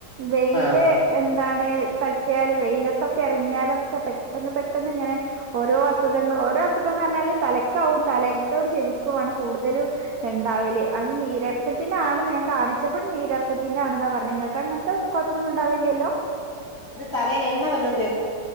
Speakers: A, on the right; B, on the left.
A: വെയില്
B: ആ
A: എ <unintelligible> <unintelligible> വെയിലത്തൊക്കെ എറങ്ങിയാലൊക്കെ പെട്ടെന്ന് പെട്ടെന്ന് ഇങ്ങനെ ഓരോ അസുഖങ്ങൾ ഓരോ അസുഖന്ന് പറഞ്ഞാൽ തലക്കാവും തലക്കും ചെവിക്കുവാണ് കൂടുതലും ഇണ്ടാവല് അത് നീരെറക്കത്തിന്റെ ആണ്ന്ന് കാണിച്ചപ്പോഴും നീരെറക്കത്തിന്റെ ആണ്ന്നാ പറഞ്ഞെ ഇങ്ങ അ‌ങ്ങനത്തെ കൊഴപ്പൊന്നും ഇണ്ടാവില്ലല്ലോ
B: തലേൽ എണ്ണ വല്ലോം തേ